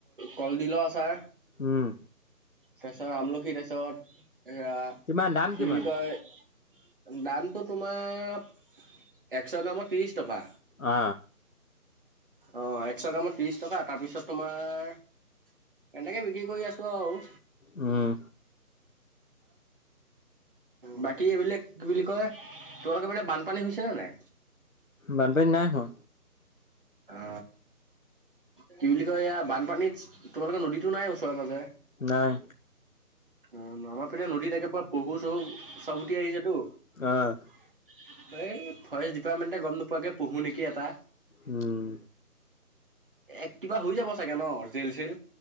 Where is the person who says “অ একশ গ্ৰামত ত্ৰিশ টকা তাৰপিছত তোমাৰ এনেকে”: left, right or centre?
Right